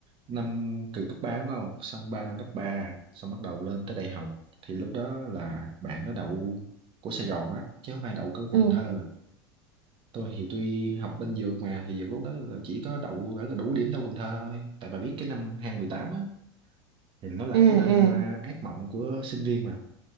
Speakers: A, on the right (about 40°); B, on the right (about 75°).
A: năm từ cấp 3 đúng không xong 3 năm cấp 3, xong bắt đầu lên tới đại học thì lúc đó là bạn nó đậu của Sài Gòn á chứ không phải đậu của Cần
B: ừ
A: Thơ tôi thì tuy học bên dược mà thì dược lúc đó là chỉ có đậu ở cái đủ điểm đậu Cần Thơ thôi tại bà biết cái năm 2018 á thì nó là
B: ừ
A: cái năm
B: ừ
A: à, ác mộng của sinh viên mà